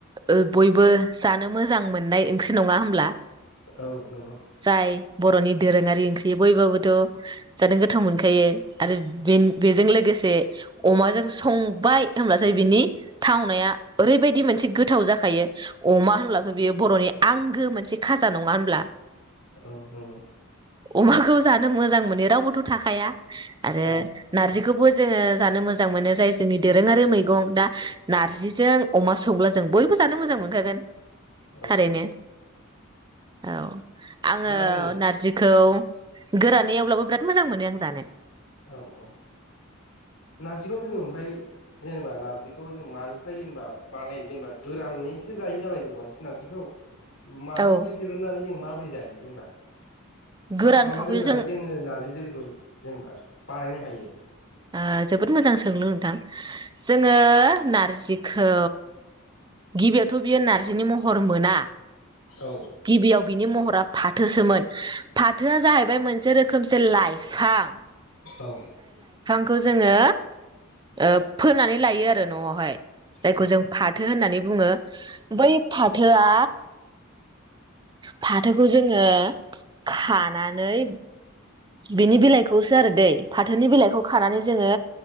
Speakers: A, on the right; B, on the left.
A: औ बयबो जानो मोजां मोननाय ओंख्रि नङा होम होब्ला
B: औ नंगौ
A: जाय बर'नि दोरोङारि ओंख्रि बय बाबो थ' जानो गोथाव मोनखायो आरो बे बेजों लोगोसे अमाजों संबाय होनब्लाथाय बिनि थावनाया ओरैबायदि मोनसे गोथाव जाखायो अमा होनब्लाथ' बियो बर'नि आंगो मोनसे खाजा नङा होनब्ला।
B: औ नंगौ।
A: अमाखौ जानो मोजां मोनो रावबोथ' थाखाया। आरो
B: थाया
A: नारजि खौबो जोङो जानो मोजा मोजां मोनो जाय जोंनि दोरोङारि मैगं दा नार्जिजों अमा संब्ला जों बयबो जानो मोजां मोनखागोन।
B: औ
A: थारैनो औ। आङो
B: दा जों
A: नारजिखौ गोरानै एवब्लाबो बिराद मोजां मोनो आं जानो।
B: औ औ नारजिखौ जोङो ओमफ्राय जेनेबा नार्जिखौ जों मानिफ्राय जेनेबा बानायो जेनेबा गोरानैसो जायो नालाय जों बांसिन नार्जिखौ मानिफ्राय
A: औ
B: दिरुननानै जों माबोरै जायो? जेनबा।
A: गोरान
B: मा खालाना
A: खावखौ
B: दोननानै
A: जों
B: जोङो नार्जि दोलोखौ जेनेबा बाहायनो हायो।
A: ओ जोबोद मोजां सोंलु नोंथां जोङो नारजिखौ गिबियावथ बियो नारजिनि महर मोना
B: औ
A: गिबियाव बिनि महरा फाथोसोमोन फाथोआ जाहैबाय मोनसे रोखोम खोमसे लाइफां
B: औ।
A: खौ जोङो ओ फोनानै लायो आरो न'आवहाय।
B: औ
A: जायखौ जों फाथो होननानै बुङो बै फाथोआ फाथोखौ जोङो खानानै बिनि बिलाइखौसो आरो दै फाथोनि बिलाइखौ खानानै जोङो